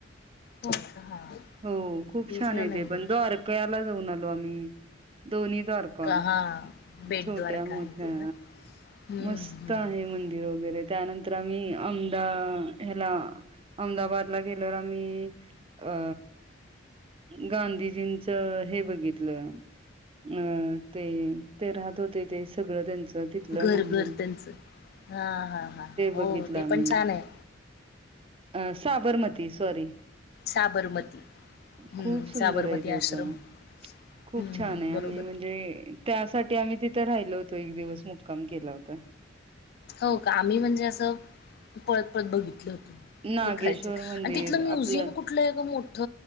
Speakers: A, on the left; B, on the right.
A: हो हा
B: हो खूप
A: तिसरं
B: छान आहे
A: नाही
B: ते
A: बघितलं.
B: पण द्वारकयाला जाऊन आलो आम्ही दोन्ही द्वारका
A: हा बेट
B: छोट्या
A: द्वारका
B: मोठ्या
A: आहे ते ना हम्म
B: मस्त
A: हम्म
B: र वगैरे त्यानंतर आम्ही अहमदाबादला गेल्यावर आम्ही अ गांधीजींचं हे बघितलं अं ते ते राहत होते ते सगळं त्यांच तिथलं
A: घर
B: माहल
A: घर हा ह ह हो
B: बघितलं
A: ते
B: आम्ही
A: पण छान आहे
B: अ साबरमती सॉरी
A: साबरमती हम्म
B: खूप सुंदर
A: साबरमती
B: आहे ते
A: आश्रम
B: पण खूप
A: हम्म
B: छान आहे
A: बरोबर
B: आम्ही म्हणजे त्यासाठी आम्ही तिथे राहिलो होतो एक दिवस मुक्काम कम केला होता
A: हो का आम्ही म्हणजे असं परळत परत बघितलं होत
B: नागेश्वर
A: हे खायच आणि
B: मंदिर
A: तिथलं म्युझियम
B: आपलं
A: कुठलं आहे गठ